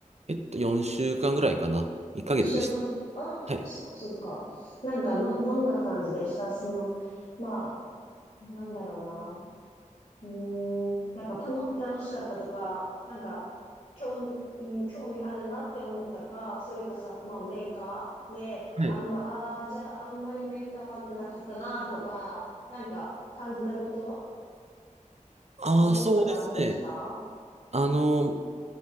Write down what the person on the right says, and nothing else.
えっと、4週間ぐらいかな。1ヶ月でした。
はい。
はい。
ああ、
そうですね。あの、